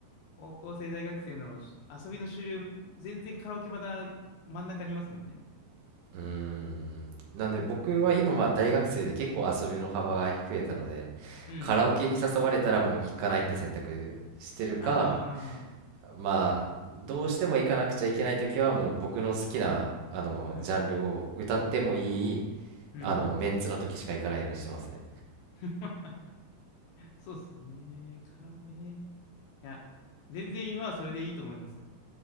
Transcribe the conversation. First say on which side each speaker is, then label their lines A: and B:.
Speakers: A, on the left (about 70°); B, on the right (about 75°).
A: 高校生、大学生のし遊びの主流、全然カラオケまだ真ん中にいますもんね。
B: <laughs> うーんなんで僕は今まあ大学生で結構遊びの幅が増えたのでカラオケに誘われたらもう行かないって選択してるか
A: うん。あ
B: まあどうしても行かなくちゃいけない時はもう僕の好きなあのジャンルを歌ってもいい
A: あ、はい。うん。
B: あのメンツの時しか行かないようにしてますね
A: <laughs> そうっすよね。カラオケね。いや、全然今はそれでいいと思いますよ。